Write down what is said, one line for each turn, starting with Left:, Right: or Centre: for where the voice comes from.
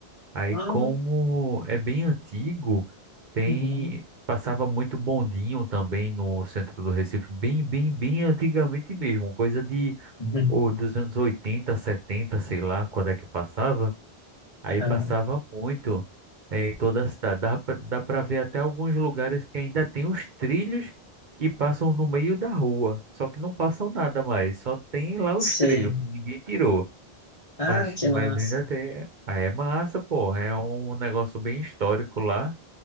Right: Aí,
Left: Ah,
Right: como é bem antigo, tem
Left: Uhum.
Right: passava muito bondinho também no centro do Recife, bem, bem, bem antigamente mesmo, coisa de
Left: Uhum.
Right: ou dos anos 80, 70, sei lá, quando é que passava. Aí
Left: Aham.
Right: passava muito em toda a cidade. Dá pra, dá pra ver até alguns lugares que ainda tem os trilhos que passam no meio da rua. Só que não passam nada mais. Só tem lá
Left: Sei.
Right: os trilhos que ninguém tirou.
Left: Ah,
Right: Mas,
Left: que
Right: mas
Left: massa.
Right: ainda tem. Ah, é massa, pô. É um negócio bem histórico lá.